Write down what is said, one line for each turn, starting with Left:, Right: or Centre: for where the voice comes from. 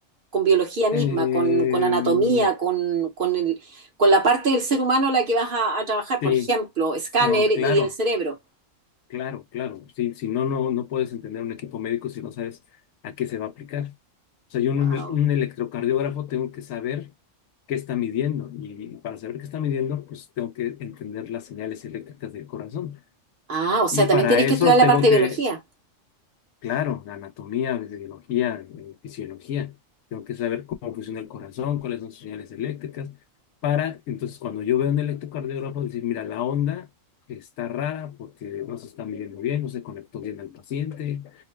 Right: con biología misma,
Left: eh,
Right: con, con anatomía, con, con el- con la parte del ser humano a la que vas a, a trabajar,
Left: sí,
Right: por ejemplo, escáner
Left: no, claro.
Right: y el cerebro.
Left: Claro, claro. Sí, si no, no, no puedes entender un equipo médico si no sabes a qué se va a aplicar. O sea, yo en
Right: Wow.
Left: un, ele- un electrocardiógrafo tengo que saber qué está midiendo y para saber qué está midiendo, pues tengo que entender las señales eléctricas del corazón.
Right: Ah, o
Left: Y
Right: sea,
Left: para
Right: también tienes
Left: eso
Right: que estudiar la
Left: tengo
Right: parte
Left: que
Right: de biología.
Left: Claro, anatomía, biología, eh, fisiología. Tengo que saber cómo funciona el corazón, cuáles son sus señales eléctricas, para entonces cuando yo veo un electrocardiograma decir, mira, la onda está rara porque no se está midiendo bien, no se conectó bien al paciente.